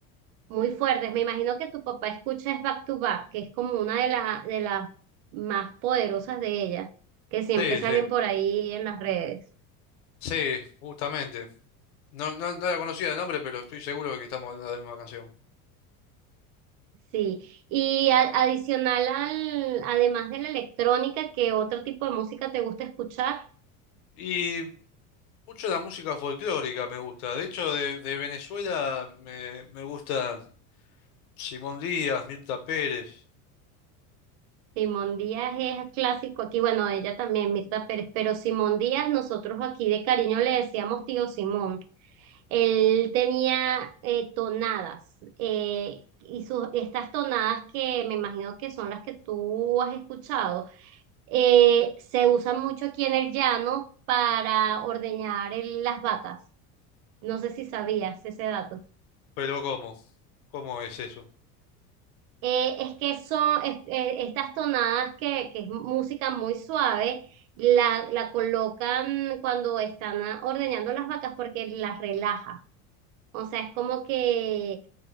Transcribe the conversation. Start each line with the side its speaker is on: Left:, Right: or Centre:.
Right: muy fuertes. Me imagino que tu papá escucha es Back to Back, que es como una de las, de las más poderosas de ella, que siempre
Left: Sí,
Right: salen
Left: sí.
Right: por ahí en las redes.
Left: Sí, justamente. No, no, no la conocía de nombre, pero estoy seguro de que estamos hablando de la misma canción.
Right: Sí, y a- adicional al, además de la electrónica, ¿qué otro tipo de música te gusta escuchar?
Left: Y mucho la música folclórica me gusta. De hecho, de, de Venezuela me, me gusta Simón Díaz, Mirta Pérez.
Right: Simón Díaz es clásico aquí, bueno, ella también, Mirta Pérez, pero Simón Díaz, nosotros aquí de cariño le decíamos tío Simón. Él tenía eh, tonadas, eh, y sus, estas tonadas que me imagino que son las que tú has escuchado, eh, se usan mucho aquí en el llano para ordeñar el- las vacas. No sé si sabías ese dato.
Left: Pero ¿cómo? ¿Cómo es eso?
Right: Eh, es que son es- eh, estas tonadas que, que es música muy suave, la, la colocan cuando están ah, ordeñando las vacas porque las relaja. O sea, es como que,